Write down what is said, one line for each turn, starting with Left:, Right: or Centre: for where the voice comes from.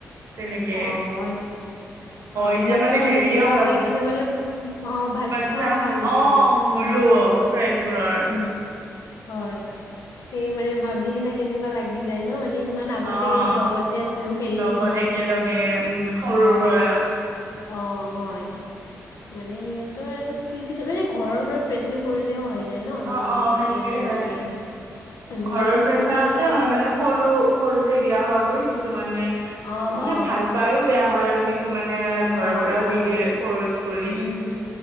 Right: তেনেকে
Left: অ, হয় নেকি? অ,
Right: এতিয়া
Left: মোৰতো মানে
Right: হেৰিও
Left: বিয়া
Right: হ'ল
Left: হৈ কিনে মানে অ, বাচ্ছাও
Right: বাচ্ছা
Left: হ'ল
Right: অ',
Left: এতিয়া তোৰ,
Right: মোৰো
Left: উম, উম,
Right: ফ্ৰেণ্ডবোৰৰ
Left: উম। হয় সেই মানে ভাবি ন কেনেকুৱা লাগি যায় ন ইমান আগতে
Right: অ',
Left: লগতে আছিলোঁ খেলিছিলোঁ,
Right: লগত একেলগে উম সৰুৰ
Left: অঁ।
Right: পৰা
Left: অঁ, হয়। মানে সিহঁতৰ আৰু কি কি মানে ঘৰৰ পৰা প্ৰেছাৰ কৰিলেও হয়। ন তোমাৰ
Right: অ',
Left: বেছিকে
Right: অ', সেইটোয়ে
Left: কৰি দিয়ে। উম,
Right: ঘৰৰ
Left: আৰু কিছুমানৰ
Right: প্ৰেছাৰতে
Left: অলপ
Right: হয়
Left: এ
Right: মানে সৰু সৰুতে বিয়া হোৱা বোৰ কিছুমানে।
Left: অঁ
Right: মানে
Left: অঁ
Right: ভাল পাইও বেয়া হয় আৰু কিছুমানে ঘৰৰ
Left: অ,
Right: পৰাও
Left: অ,
Right: দি দিয়ে ফৰ্চ কৰি
Left: উম, উম,